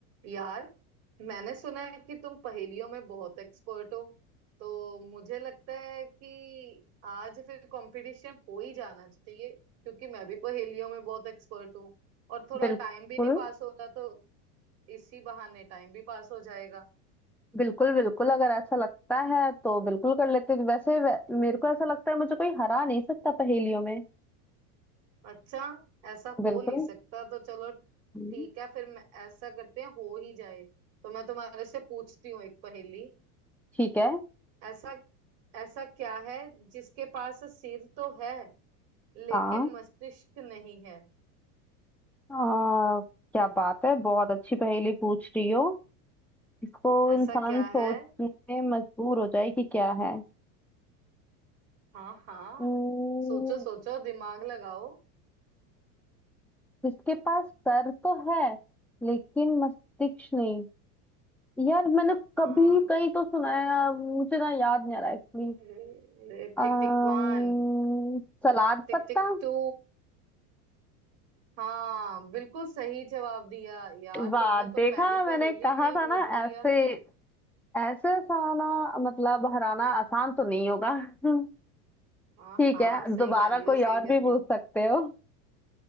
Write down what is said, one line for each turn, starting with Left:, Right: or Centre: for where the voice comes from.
Right: यार मैंने सुना है कि तुम पहेलियों में बहुत एक्सपर्ट हो तो मुझे लगता है कि आज फिर कंपटीशन हो ही जाना चाहिए क्योंकि मैं भी पहेलियों में बहुत एक्सपर्ट हूँ और थोड़ा
Centre: बिल्कुल
Right: टाइम भी नहीं पास हो रहा तो इसी बहाने टाइम भी पास हो जाएगा
Centre: बिल्कुल बिल्कुल अगर ऐसा लगता है तो बिल्कुल कर लेते हैं। वैसे वै, मेरे को ऐसा लगता है मुझे कोई हरा नहीं सकता पहेलियों में
Right: अच्छा ऐसा हो
Centre: बिल्कुल
Right: नहीं सकता तो चलो ठीक
Centre: हम्म,
Right: है फिर मैं ऐसा करते हैं हो ही जाए तो मैं तुम्हारे से पूछती हूँ एक पहेली
Centre: ठीक है
Right: ऐसा ऐसा क्या है जिसके पास सिर तो है लेकिन
Centre: हाँ
Right: मस्तिष्क नहीं है
Centre: आ, क्या बात है बहुत अच्छी पहेली पूछ रही हो इसको इंसान
Right: ऐसा क्या
Centre: सोचने
Right: है
Centre: में मजबूर हो जाए कि क्या है
Right: हाँ हाँ
Centre: हम्म,
Right: सोचो सोचो दिमाग लगाओ
Centre: जिसके पास सर तो है लेकिन मस्तिष्क नहीं यार मैंने कभी
Right: हाँ
Centre: कहीं तो सुना है मुझे ना याद नहीं आ रहा एक्चुअली
Right: अरे,
Centre: अम्म,
Right: tick tick one
Centre: सलाद
Right: Tick
Centre: पत्ता
Right: tick two हाँ बिल्कुल सही जवाब दिया यार
Centre: वाह
Right: तुमने
Centre: देखा
Right: तो पहली
Centre: मैंने
Right: पहेली
Centre: कहा
Right: में ही
Centre: था
Right: बूझ
Centre: ना
Right: लिया
Centre: ऐसे ऐसे साला मतलब हराना आसान तो नहीं होगा <laughs>
Right: हाँ
Centre: ठीक
Right: हाँ
Centre: है
Right: सही
Centre: दोबारा
Right: कह रही हो
Centre: कोई
Right: सही
Centre: और
Right: कह
Centre: भी
Right: रही
Centre: पूछ
Right: हो
Centre: सकते हो